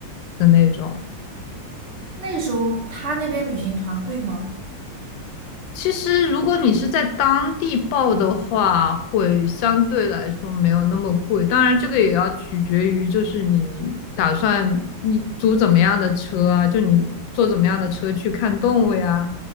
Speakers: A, on the left; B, on the right.
A: 的那种。
B: 那时候他那边旅行团贵吗？
A: 其实如果你是在当地报的话，会相对来说没有那么贵。当然，这个也要取决于就是你打算你租怎么样的车啊，就你坐怎么样的车去看动物呀。